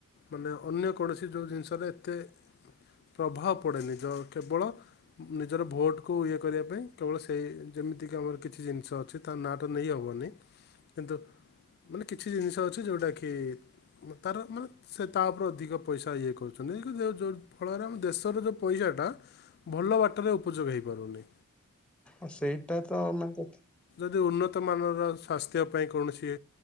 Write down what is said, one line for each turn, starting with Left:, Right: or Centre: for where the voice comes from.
Left: ମାନେ ଅନ୍ୟ କୌଣସି ଯେଉଁ ଜିନିଷରେ ଏତେ ପ୍ରଭାବ ପଡ଼େନି ତ କେବଳ ନିଜର ଭୋଟକୁ ଇଏ କରିବା ପାଇଁ କେବଳ ସେଇ ଯେମିତିକି ଆମର କିଛି ଜିନିଷ ଅଛି ତା ନାଁଟା ନେଇ ହେବନି କିନ୍ତୁ ମାନେ କିଛି ଜିନିଷ ଅଛି ଯେଉଟାକି ତାର ମାନେ ସେ ତା ଉପରେ ଅଧିକ ପଇସା ଇଏ କରୁଛନ୍ତି କିନ୍ତୁ ଫଳରେ ଆମ ଦେଶର ଯେଉ ପଇସାଟା ଭଲ ବାଟରେ ଉପଯୋଗ ହେଇପାରୁନି।
Centre: ଆଉ ସେଇଟା ତ ନା କଥା
Left: ଯି ଉନ୍ନତ ମାନର ଶ୍ୟାସ୍ତ ପାଇଁ କୌଣସି